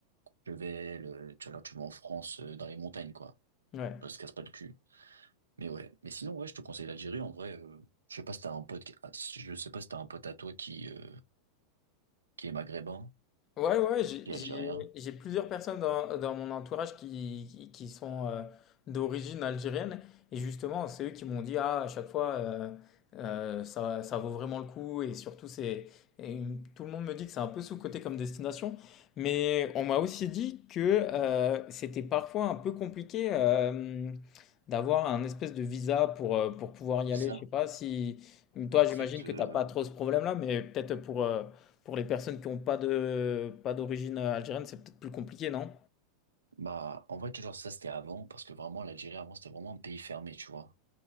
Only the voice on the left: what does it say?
Ouais.
Ouais, ouais, j'ai
j'ai-
j'ai plusieurs personnes dans, dans mon entourage qui, qui, qui sont euh, d'origine algérienne. Et justement, c'est eux qui m'ont dit, ah, à chaque fois, euh, euh, ça, ça vaut vraiment le coup. Et surtout, c'est, et tout le monde me dit que c'est un peu sous-coté comme destination. Mais on m'a aussi dit que euh, c'était parfois un peu compliqué euh, d'avoir un espèce de visa pour, euh, pour pouvoir y aller.
Je sais pas si... Toi,
j'imagine
que
t'as pas trop ce problème-là, mais peut-être pour, euh, pour les personnes qui n'ont pas de, pas d'origine euh, algérienne, c'est peut-être plus compliqué, non?